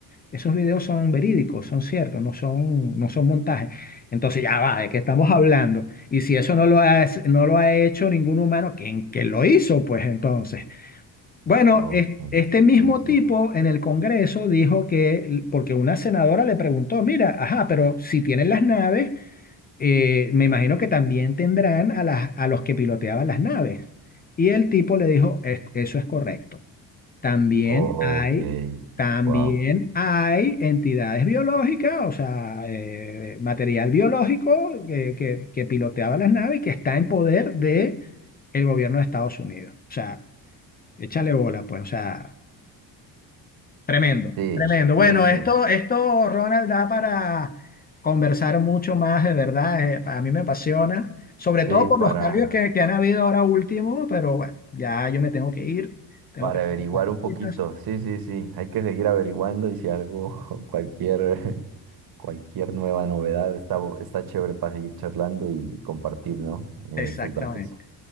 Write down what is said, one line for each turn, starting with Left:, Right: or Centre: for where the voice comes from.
Left: esos videos son verídicos, son ciertos, no son, no son montajes. Entonces ya va, ¿de qué estamos hablando? Y si eso no lo ha, no lo ha hecho ningún humano, ¿quién, quién lo hizo? Pues entonces. Bueno,
Right: Ok,
Left: es- este mismo
Right: sí, sí,
Left: tipo en el Congreso dijo que, porque una senadora le preguntó, mira, ajá, pero si tienen las naves, eh, me imagino que también tendrán a, las, a los que piloteaban las naves. Y el tipo le dijo, "Es- eso es correcto. También
Right: ok,
Left: hay, también
Right: wow.
Left: hay entidades biológicas, o sea, eh, material biológico que, que, que piloteaba las naves y que está en poder de el gobierno de Estados Unidos. O sea, échale bola, pues, o sea. Tremendo,
Right: sí,
Left: tremendo.
Right: sí,
Left: Bueno,
Right: sí,
Left: esto, esto, Ronald, da para conversar mucho más, de verdad. eh, a mí me apasiona, sobre todo
Right: sí,
Left: por
Right: para...
Left: los cambios que, que han habido ahora último, pero bueno, ya yo me tengo que ir, tengo
Right: Para
Left: que hacer
Right: averiguar
Left: las cositas.
Right: un poquito. Sí, sí, sí. Hay que seguir averiguando y si algo, <laughs> cualquier, <laughs> cualquier nueva novedad está, bo- está chévere para seguir charlando y compartir, ¿no? Eh,
Left: Exactamente.
Right: estos datos.